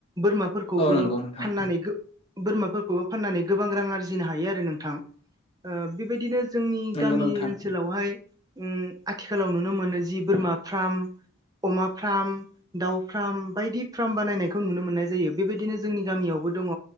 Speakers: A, on the right; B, on the left.
A: बोरमाफोरखौबो
B: औ नंगौ नोंथां
A: फाननानै बोरमाफोरखौबो फाननानै गोबां रां आरजिनो हायो आरो नोंथां। ओ बेबायदिनो जोंनि
B: नंगौ
A: गामि
B: नोंथां
A: ओन बहाय ओ आथिखालाव नुनो मोनो जि बोरमा फ्राम अमा फ्राम। दाउ फ्राम बायदि फ्राम बानायनायखौ नुनो मोननाय जायो बेबायदिनो जोंनि गामियावबो दङ